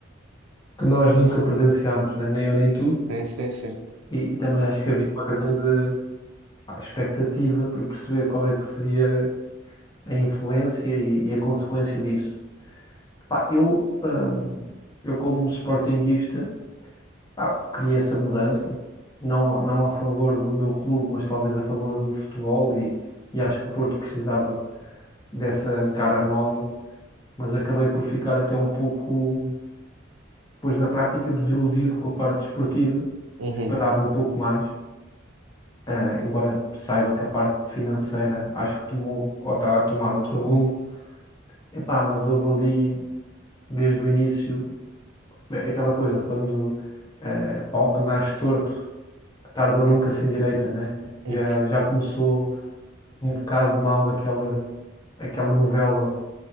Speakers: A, on the left; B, on the right.
A: que nós nunca presenciámos, né? Nem eu nem tu.
B: Sim, sim, sim.
A: E, e também acho que havia uma grande, pá, expectativa para perceber qual é que seria a influência e, e a consequência disso. Pá, eu, ah, eu como sportinguista Ah, queria essa mudança, não, não a favor do meu clube, mas talvez a favor do futebol e, e acho que o Porto precisava dessa cara nova, mas acabei por ficar até um pouco, pois na prática, desiludido com a parte desportiva,
B: Uhum.
A: esperava um pouco mais, ah, embora saiba que a parte financeira acho que tomou, ou está a tomar outro rumo, epá, mas houve ali desde o início eh, aquela coisa, quando eh, pau que nasce torto tarde ou nunca sem direita, né? Já,
B: Uhum.
A: já começou um bocado mal aquela, aquela novela